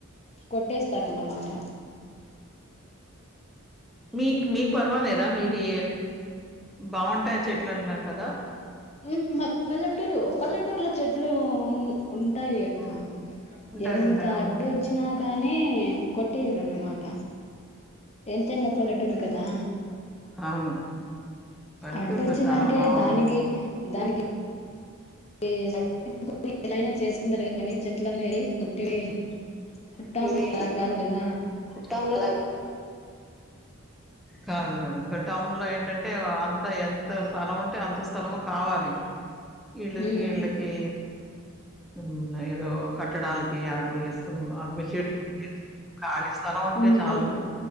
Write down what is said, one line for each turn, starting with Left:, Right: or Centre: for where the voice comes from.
Left: కొట్టేస్తారన్నమాట
Centre: మీకు మీవి పర్వాలేదా మీది బాగుంటాయి చెట్లు అంటున్నారు కదా
Left: ఉ మాది పల్లెటూరు పల్లటూర్ల చెట్లు <unintelligible> ఉంటాయి అక్క
Centre: ఆ! ఉంటాయి.
Left: ఎంత
Centre: ఉంటాయి. అవును.
Left: అడ్డు వచ్చినా కానీ కొట్టేరు అన్న మాట ఎంతన్న పల్లటురు కదా
Centre: అవును. పల్లెటూరులో
Left: అడ్డొచ్చిందంటే
Centre: చాలా బాగుంటుంది
Left: దానికి దానికి <unintelligible> చేసుకుంటారు కానీ చెట్లనేది కొట్టి వేయరు టౌన్
Centre: ఇవి
Left: లో అలా కాదు కదా
Centre: టౌన్ లాగా కాదు కాదు టౌన్ లో ఏంటంటే అంటే అంత ఎంత స్థలం ఉంటే అంత స్థలము కావాలి ఇళ్ళకి
Left: ఉమ్
Centre: ఇళ్ళకి మ్మ్ నా ఏదో కట్టడాలకి వాటికి ఇస్తము అగు చీట్లు <unintelligible> ఖాళీ స్థలం ఉంటే
Left: ఉంటారు
Centre: చాలు